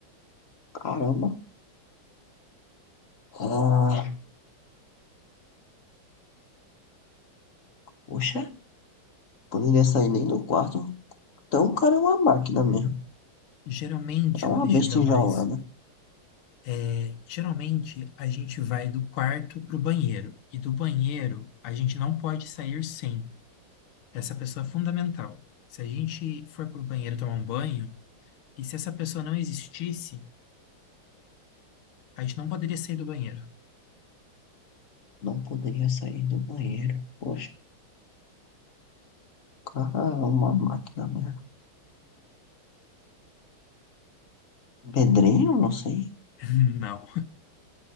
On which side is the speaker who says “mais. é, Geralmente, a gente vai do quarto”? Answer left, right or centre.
Left